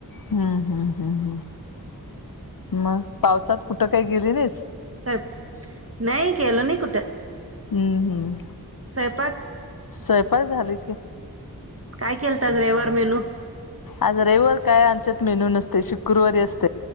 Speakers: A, on the left; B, on the right.
A: हम्म हम्म हम्म हम् मग पावसात कुठं काही गेले नाहीस
B: साहेब नाही केलं न कुठ
A: हम्म हम्म
B: स्वयंपाक
A: स्वयपा झाली
B: काय केलताच रविवार मेनू?
A: आज रविवर काय आणच्यात मेनू नसत ते शुक्रवारी असते